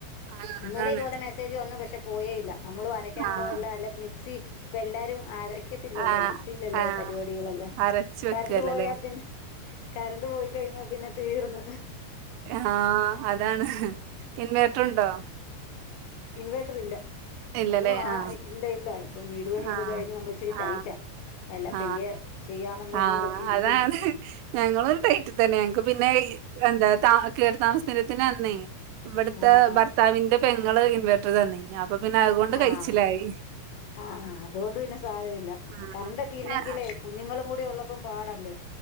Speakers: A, on the right; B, on the left.
A: ആഹ്
B: ഇന്നലെ
A: അതാണ്
B: ഇതുപോലെ മെസ്സേജ് വന്ന് പക്ഷെ പോയേ ഇല്ല നമ്മള് അര അരക്കാനുള്ളതല്ലാ
A: ആഹ്
B: എല്ലാ മിക്സി ഇപ്പ എല്ലാരും അരയ് ത്തില്ലല്ലോ
A: ആഹ്
B: മിക്സിയിലല്ലേ
A: ആഹ്
B: പരിപാടികളെല്ലാം,
A: അരച്ച് വെക്കല്ലല്ലേ
B: കറണ്ട് പോയാ പിന്നെ കറണ്ട് പോയി കഴിഞ്ഞാ പിന്നെ തീർന്ന്
A: ആഹ് അതാണ് ഇൻവേട്ട്റുണ്ടോ?
B: ഇൻവേട്ടർ ഇല്ല
A: ഇല്ലല്ലേ?
B: ഒന്നു വാ
A: ആ.
B: ഇല്ല ഇല്ല ഇപ്പം വീട് പണിയൊക്കെ
A: ആ.
B: കഴിഞ്ഞ് നമ്മള് ഇച്ചിരി
A: ആ.
B: ടൈറ്റാ എല്ലാം
A: ആ.
B: പയ്യെ ചെയ്യാന്ന് പറഞ്ഞു
A: ആ.
B: കൊണ്ടൊക്കെ ഇരിക്കുന്ന്.
A: അതാണ്. ഞങ്ങളും ടൈറ്റിൽ തന്നെ ഞങ്ങക്ക് പിന്നെ എന്താ <unintelligible> കേറിതാമസരത്തിനന്നേ ഇവിടത്തെ
B: ആഹാ
A: ഭർത്താവിന്റെ പെങ്ങള് ഇൻവേർട്ടറ് തന്നേനി അപ്പൊ പിന്നെ അതുകൊണ്ട് കഴിച്ചിലായി
B: ആഹാ ആഹ് അതുകൊണ്ട് പിന്നെ സാരം ഇല്ല
A: ഉം.
B: കറണ്ട് ഒക്കെ ഇല്ലെങ്കിലേ
A: ആ.
B: കുഞ്ഞുങ്ങളൂടി ഉള്ളപ്പം പാടല്ലേ?